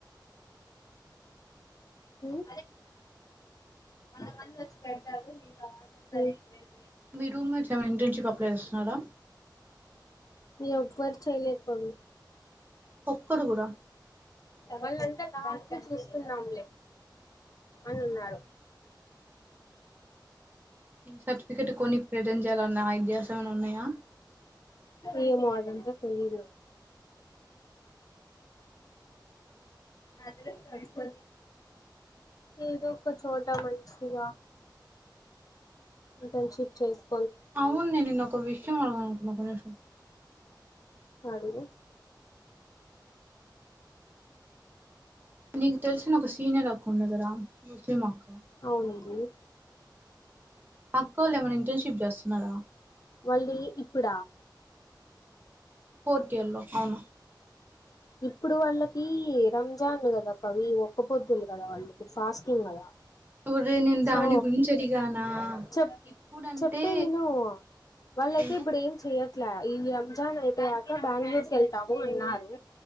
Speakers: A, on the left; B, on the right.
A: హ్మ్ అ మంది వచ్చతారు అయిపీంది
B: మీ రూమ్మెట్స్ ఎవరైన ఇంటర్న్షిప్ అప్లై చేస్తున్నారా
A: ఎవ్వరు చెయ్యలేదు పని
B: ఒక్కడు కూడా
A: ంత చూస్తున్నాంలే అని ఉన్నారు
B: సర్టిఫికెట్ కొని ప్రిటండ్ చేయాలన్నా ఐడియాస్ ఏమైనా ఉన్నాయా
A: ఏమో అదంతా తెలీదు అదపో ఏదో ఒక చోట మంచిగా ఇంటర్న్షిప్ చేస్త
B: అవును నేను నిన్నొక వి షం అడగాలనుకున్న
A: అడుగు
B: నీకు తెలిసిన ఒక సీనియర్ అక్క ఉంది కదా మ అక్క
A: అవునండి
B: అక్కోల్లు ఏమైనా ఇంటర్న్షిప్ చేస్తున్నారా
A: వాళ్ళీ ఇప్పుడా
B: ఫోర్త్ ఇయర్ లో అవునా
A: ఇప్పుడు వాళ్ళకి రంజాన్ కదా పవి ఒక్క పొద్దులు కదా వాళ్ళకి ఫాస్టింగ్ కదా
B: ఒరేయ్ నేను
A: సో
B: దాని గురించి అడిగానా
A: చెప్
B: ఇప్పుడంటే
A: చెప్పేదిను వాళ్ళయితే
B: ఇంకా
A: ఇప్పుడు ఏం చెయాల ఈ రంజాన్ అయిపోయాక బెంగళూర్కి వెళ్తాము అన్నారు